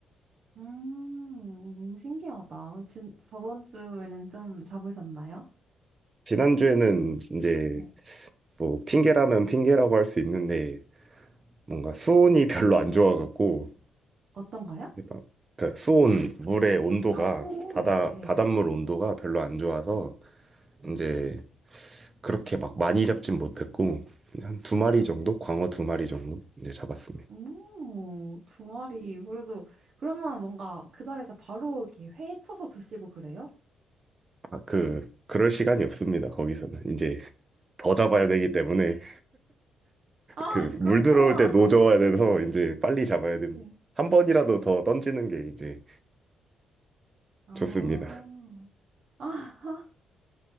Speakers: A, on the right; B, on the right.
A: 음, 너무 신기하다. 진, 저번 주에는 좀 잡으셨나요?
B: 지난주에는 이제
A: 네.
B: 뭐 핑계라면 핑계라고 할 수 있는데 뭔가 수온이 <laughs> 별로 안 좋아갖고
A: 어떤 거요?
B: 막 그 수온 물의 온도가
A: 아, 손.
B: 바다
A: 네.
B: 바닷물 온도가 별로 안 좋아서
A: 네.
B: 이제 그렇게 막 많이 잡진 못했고 한 두 마리 정도 광어 두 마리 정도 이제 잡았습니다.
A: 오, 두 마리. 그래도, 그러면 뭔가 그 자리에서 바로 이렇게 회 쳐서 드시고 그래요?
B: 아, 그 그럴 시간이 없습니다. 거기서는 이제 더 잡아야 되기 때문에
A: 아,
B: 그 물
A: <laughs> 그렇구나.
B: 들어올 때 노져야 돼서 이제 빨리 잡아야 됩니다.
A: 네.
B: 한 번이라도 더 던지는 게 이제
A: 아,
B: 좋습니다.
A: 아,